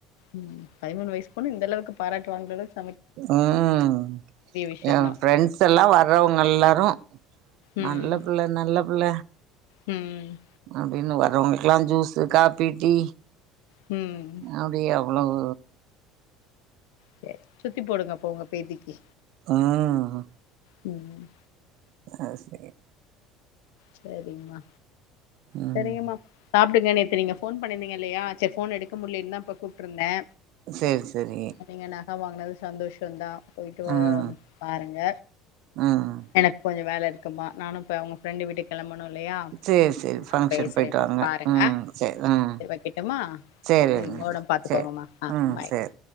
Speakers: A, on the left; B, on the right.
A: ம் பதிமூண் வய்ஸ் பொண்ணு இந்தளவுக்கு பாராட்டு வாங்கறளவுக்
B: ம்
A: விஷயந்தா
B: எ ஃப்ரெண்ட்ஸ் எல்லா வர்றவுங்க எல்லாரு
A: ம்
B: நல்ல பிள்ள நல்ல பிள்ள
A: ம்
B: அப்டினு வர்றவுங்களுக்குலா ஜூஸு, காப்பீ, டீ
A: ம்
B: அப்டியே அவ்ளவு
A: சேர் சுத்தி போடுங்க அப்ப உங்க பேத்திக்கு
B: ம்
A: ம்
B: அது சேரி
A: செரிம்மா
B: ம்
A: செரிங்கம்மா சாப்டுங்க நேத்து நீங்க ஃபோன் பண்ணீர்ந்தீங்க இல்லயா சேர் ஃபோன் எடுக்க முடிலீன் தா இப்ப கூப்ட்ருந்தே
B: சேர் செரி
A: நீங்க நக வாங்னது சந்தோஷந்தா போய்ட்டு
B: ம்
A: பாருங்க
B: ம்
A: எனக் கொஞ்ச வேல இருக்குமா நானு இப்ப அவுங் ஃப்ரெண்டு வீட்டுக் கெளம்பணு இல்லயா
B: சேரி சரி
A: நா
B: ஃபங்க்ஷன்
A: பேசறேமா
B: போயிட்டு வாங்க
A: பாருங்க
B: ம் சரி ம்
A: சேர் வைக்கட்டுமா
B: சேரி
A: ம்
B: வைங்க
A: ஒடம் பாத்துக்கோங்கம்மா
B: சேரி
A: ஆ
B: ம்
A: பாய்
B: சேரி